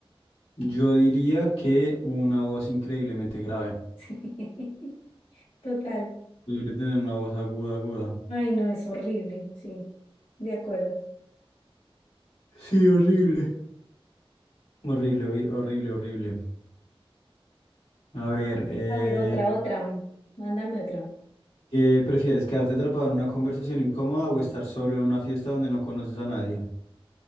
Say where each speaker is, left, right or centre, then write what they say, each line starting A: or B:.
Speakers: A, on the left; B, on the left.
A: Yo diría que una voz increíblemente grave.
B: <laughs> Total.
A: Yo diría tener una voz aguda, aguda.
B: Ay, no, es horrible, sí, de acuerdo.
A: Sí, horrible. Horrible, horri- horrible, horrible. A ver, eh.
B: A ver, otra, otra, mándame otra.
A: ¿Qué prefieres, quedarte atrapado en una conversación incómoda o estar solo en una fiesta donde no conoces a nadie?